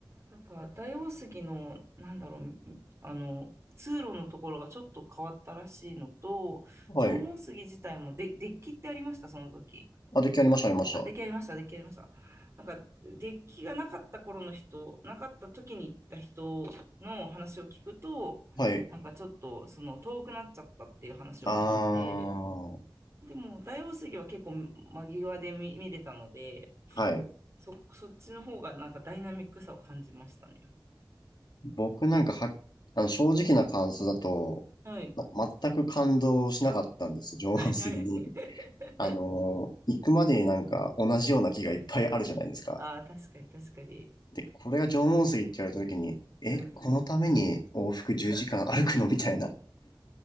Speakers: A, on the right; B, on the left.
A: なんか、大王杉の、なんだろう、あの、通路のところがちょっと変わったらしいのと、
B: はい。
A: 縄文杉自体もで、デッキってありました、その時。
B: あ、出来ありました、ありました。
A: あ、出来上がりました、出来上がりました。なんか、デッキがなかった頃の人、なかった時に行った人の話を聞くと、
B: はい。
A: なんかちょっと、その、遠くなっちゃったっていう話を聞いて、
B: ああ、は
A: でも、大王杉は結構間際で見、見れたので、
B: い。
A: そ、そっちの方がなんかダイナミックさを感じましたね。
B: 僕なんかは、あの、正直な感想だと、
A: はい。
B: なんか全く感動しなかったんですよ、<laughs>
A: はいはい。
B: 情杉に。
A: <laughs>
B: あのー、行くまでになんか同じような木がいっぱいあるじゃないですか。
A: ああ、確かに確かに。
B: で、これが縄文杉って言われた時に、え、
A: うん。
B: このために往復10時間歩くのみたいな。